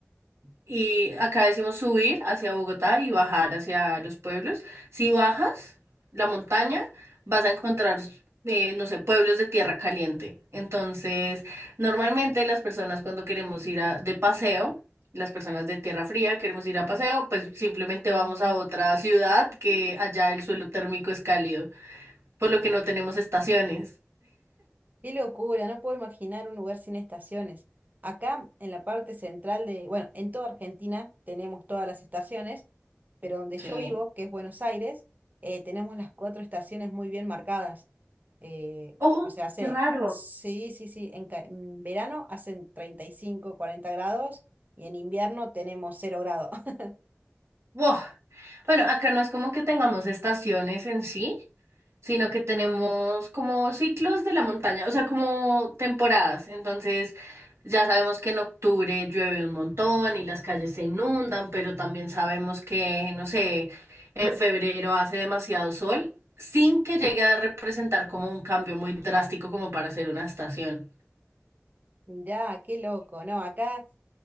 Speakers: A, on the right; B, on the right.
A: Y acá decimos subir hacia Bogotá y bajar hacia los pueblos. Si bajas la montaña, vas a encontrar, eh, no sé, pueblos de tierra caliente. Entonces, normalmente las personas cuando queremos ir a- de paseo, las personas de tierra fría queremos ir a paseo, pues simplemente vamos a otra ciudad que allá el suelo térmico es cálido, por lo que no tenemos estaciones.
B: Qué locura, no puedo imaginar un lugar sin estaciones. Acá en la parte central de, bueno, en toda Argentina tenemos todas las estaciones, pero donde
A: Sí.
B: yo vivo, que es Buenos Aires, eh, tenemos las cuatro estaciones muy bien marcadas. Eh,
A: Oh,
B: o sea, hace,
A: qué raro.
B: sí, sí, sí, en, ca- en verano hacen 35 40 grados y en invierno tenemos cero grados. <laughs>
A: Buah. Bueno, acá no es como que tengamos estaciones en sí, sino que tenemos como ciclos de la montaña, o sea, como temporadas. Entonces, ya sabemos que en octubre llueve un montón y las calles se inundan, pero también sabemos que, no sé, en febrero hace demasiado sol, sin que llegue a representar como un cambio muy drástico como para hacer una estación.
B: Mirá, qué loco, ¿no? Acá